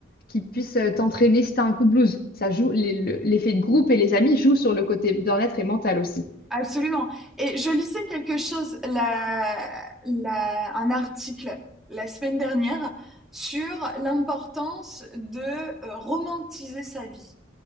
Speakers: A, on the left; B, in the centre.
A: qui puisse euh, t'entraîner si t'as un coup de blues. Ça joue, les- le- l'effet de groupe et les amis jouent sur le côté bien-être et mental aussi.
B: Absolument. Et je lisais quelque chose, la, la- un article la semaine dernière sur l'importance de euh, romantiser sa vie